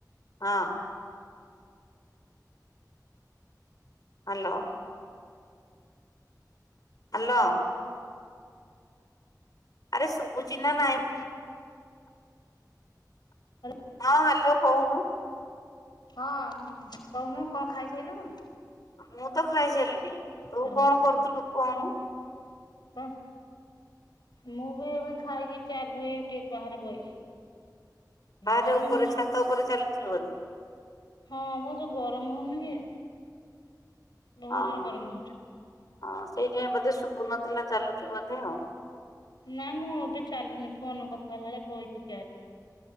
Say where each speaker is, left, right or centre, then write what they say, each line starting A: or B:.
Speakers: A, on the left; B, on the left.
A: ହଁ। ହାଲୋ। ହାଲୋ। ଆରେ ଶୁଭୁଚି ନା ନାଇଁ?
B: ହାଲ
A: ହଁ ହ୍ୟାଲୋ କହୁନୁ।
B: ହଁ ମୁଁ ମ୍ କହୁନୁ କଣ ଖାଇସାଇଲୁଣୁ?
A: ମୁଁ ତ ଖାଇସାଇଲିଣି। ତୁ
B: ହ୍ୟାଲୋ
A: କଣ କରୁଥିଲୁ କହୁନୁ?
B: ହଁ ମୁଁ ବି ଏବେ ଖାଇକି ଚାରି ପକେଇକି ଟିକେ ବାହାରେ ବଇଚି।
A: ପାହାଚ
B: ଗରମ
A: ଉପରେ
B: ହଉଛି
A: ଛାତ ଉପରେ ଚାଲୁଥିଲୁ ବୋଧେ?
B: ହଁ। ବହୁତ ଗରମ ହଉନି କି? ବହୁତ
A: ଅ
B: ଜୋରେ
A: ହଁ,
B: ଗରମ ହଉଛି।
A: ହଁ। ସେଇଥିାଇଁ ବୋଧେ ଶୁଭୁନଥିଲା ଚାଲୁଚୁ ବୋଧେ ଆଉ।
B: ନା ମୁଁ ଏବେ ଚାଲୁନି, ଫୋନ କଥା ହେଲା ବେଳେ ବଇଚି ଚିଆରେ।